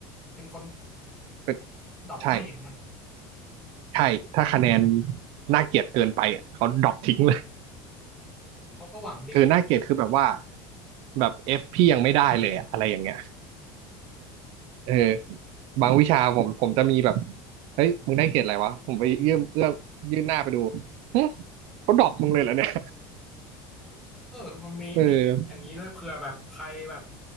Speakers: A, in the centre; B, on the right.
A: เป็นคน
B: เป็น
A: ดรอปให้นะ
B: ใช่ใช่ถ้าคะแนนน่าเกลียดเกินไปอ่ะเขาดรอปทิ้งเลย
A: เขาก็หวังดีนะ
B: คือน่าเกลียดคือแบบว่าแบบ F พี่ยังไม่ได้เลยอะอะไรอย่างเงี้ย เออบางวิชาผมผมจะมีแบบเฮ้ยมึงได้เกรดอะไรวะผมไปเอื้อมเอื้อมยื่นหน้าไปดู
A: <laughs> อืมอืม
B: เฮ้ยเขาดรอปมึงเลยเหรอเนี่ย
A: เออมันมีมีอย่างนี้ด้วยเผื่อแบบใครแบบ
B: เออ